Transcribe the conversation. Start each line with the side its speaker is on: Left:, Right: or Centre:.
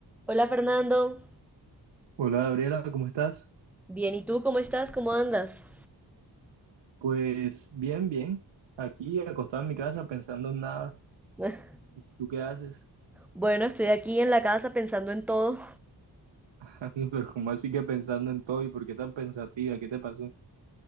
Centre: Hola Fernando,
Right: Hola Gabriela, ¿cómo estás?
Centre: bien, ¿y tú cómo estás? ¿Cómo andas?
Right: Pues bien, bien. Aquí acostado en mi casa pensando en nada.
Centre: <laughs>
Right: ¿Y tú qué haces?
Centre: Bueno, estoy aquí en la casa pensando en todo.
Right: <laughs> Amigo, Pero ¿cómo así que pensando en todo? ¿Y por qué tan pensativa? ¿Qué te pasó?